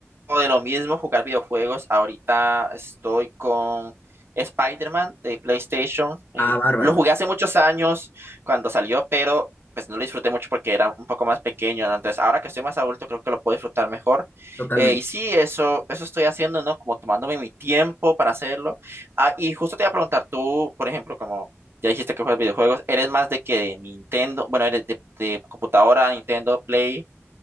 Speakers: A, on the right; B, on the left.
A: de lo mismo, jugar videojuegos. Ahorita estoy con Spider-Man de PlayStation. Eh,
B: Ah, bárbaro,
A: lo jugué hace muchos años cuando salió, pero pues no lo disfruté mucho porque era un poco más pequeño, ¿no? Entonces, ahora que estoy más adulto, creo que lo puedo disfrutar mejor.
B: totalmente.
A: Eh, y sí, eso, eso estoy haciendo, ¿no? Como tomándome mi tiempo para hacerlo. Ah, y justo te iba a preguntar, tú, por ejemplo, como ya dijiste que juegas videojuegos, ¿eres más de que de Nintendo? Bueno, ¿eres de, de computadora, Nintendo, Play?